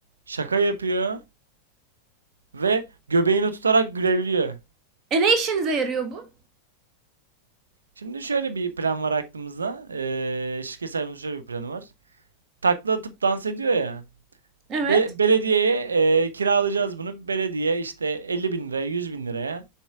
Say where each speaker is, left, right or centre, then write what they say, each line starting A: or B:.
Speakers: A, on the right; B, on the right.
A: Şaka yapıyor ve göbeğini tutarak gülebiliyor.
B: E ne işinize yarıyor bu?
A: Şimdi şöyle bir plan var aklımızda. Ee, şirket sahibimizin şöyle bir planı var. takla atıp dans ediyor ya.
B: Evet.
A: Be- belediyeye e, kiralayacağız bunu. Belediye işte 50 bin liraya 100 bin liraya